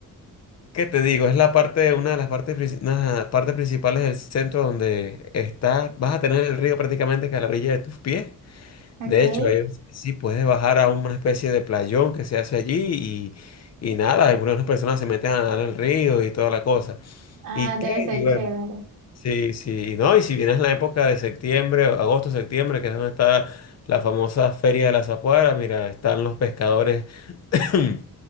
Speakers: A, on the left; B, on the right.
A: ¿qué te digo? Es la parte, una de las partes, princi- una de las partes principales del centro donde estás, vas a tener el río prácticamente que a la orilla de tus pies.
B: Ok.
A: De hecho, ahí sí puedes bajar a una especie de playón que se hace allí y, y nada, algunas personas se meten a nadar al río y toda la cosa.
B: Ah,
A: ¿Y
B: debe
A: qué?
B: ser
A: Y bueno,
B: chévere. Yo
A: sí, sí, no, y si vienes la época de septiembre, agosto, septiembre, que es donde está la famosa Feria de la Zapuara, mira, están los pescadores, <clears throat>